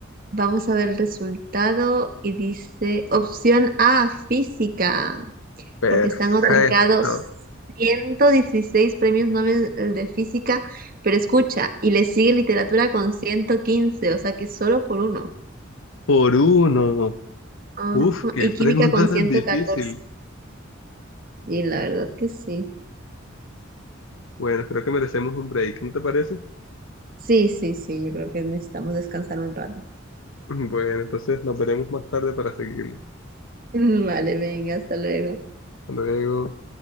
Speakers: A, on the right; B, on the left.
A: Vamos a ver el resultado y dice opción A, física,
B: Perfecto.
A: porque se han otorgado 116 premios Nobel eh, de física, pero escucha, y le sigue literatura con ciento quince o sea que solo por uno.
B: Por uno.
A: Ajá,
B: Uf, qué
A: Y
B: pregunta
A: química con ciento
B: tan difícil.
A: catorce Y la verdad que sí.
B: Bueno, creo que merecemos un break, ¿no te parece? <laughs>
A: Sí, sí, sí, yo creo que necesitamos descansar un rato.
B: Bueno, entonces nos veremos más tarde para seguirlo.
A: <laughs> Vale, venga, hasta luego.
B: Hasta luego.